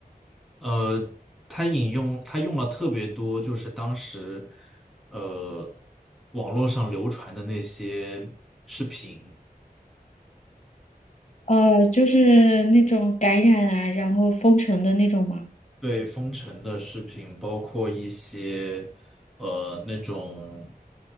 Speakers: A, in the centre; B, on the left.
A: 呃，他引用他用了特别多，就是当时呃网络上流传的那些。视频。
B: 呃，就是那种感染啊，然后封城的那种吗？
A: 对封城的视频，包括一些呃那种